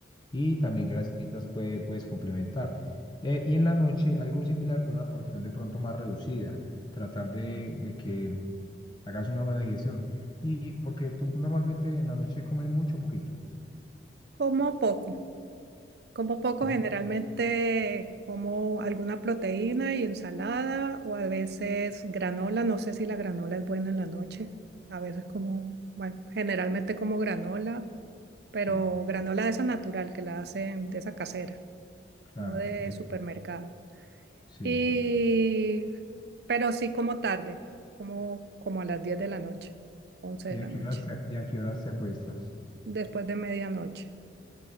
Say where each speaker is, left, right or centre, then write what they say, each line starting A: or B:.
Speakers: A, on the left; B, on the right.
A: Y también grasitas puede- puedes complementar. Eh, y en la noche algo similar, pero una porción de pronto más reducida. Tratar de, de que hagas una buena digestión. Y porque tú normalmente en la noche comes mucho o poquito.
B: Como poco, Como poco,
A: Comes-
B: generalmente como alguna proteína y ensalada o a veces granola. No sé si la granola es buena en la noche. A veces como, bueno, generalmente como granola, pero
A: Sí,
B: granola de esa natural que la hacen de esa casera,
A: claro.
B: no de
A: Es,
B: supermercado.
A: sí.
B: Y, pero sí como tarde, como, como a las 10 de la noche, 11 de
A: ¿Y
B: la
A: a qué
B: noche,
A: horas te, y a qué horas te acuestas?
B: después de medianoche.